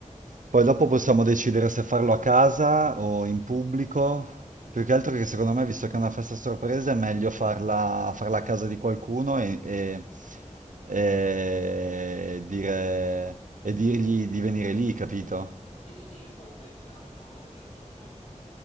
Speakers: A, on the right; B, on the left.
A: Poi dopo possiamo decidere se farlo a casa o in pubblico. Più che altro che secondo me, visto che è una festa sorpresa, è meglio farla, farla a casa di qualcuno e, e- e dire- e dirgli di venire lì, capito?
B: Sì, sì, io stavo pensando una cosa, tipo,